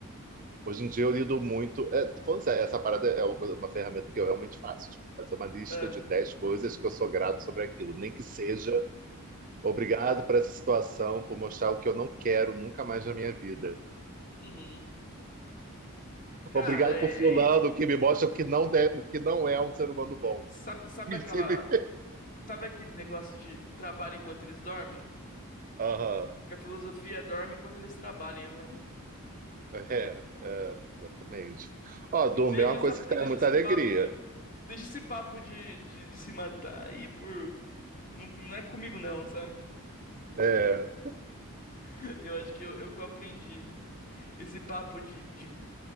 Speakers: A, on the right; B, on the left.
A: Hoje em dia eu lido muito. É, tô falando sério, essa parada é uma coisa, uma ferramenta que eu realmente faço. Tipo, fazer uma lista
B: Ah,
A: de 10 coisas que eu sou grato sobre aquilo. Nem que seja obrigado por essa situação, por mostrar o que eu não quero nunca mais na minha vida.
B: uhum. Cara,
A: Obrigado
B: é,
A: por fulano,
B: é isso.
A: que me mostra o que não deve, o que não é um ser humano bom.
B: Sabe,
A: <laughs>
B: sabe
A: Me
B: aquela,
A: ensine.
B: sabe aquele negócio de trabalho enquanto eles dormem?
A: Aham.
B: A filosofia é dorme enquanto eles trabalham agora.
A: É, é, exatamente. Ó,
B: <laughs>
A: Duma,
B: Deixa
A: é uma
B: essa,
A: coisa que traz
B: deixa
A: muita
B: esse
A: alegria.
B: papo de, deixa esse papo de, de, de se matar aí por, não, não é comigo não, sabe?
A: É,
B: <laughs> Eu acho que eu, é o que eu aprendi. Esse papo de, de,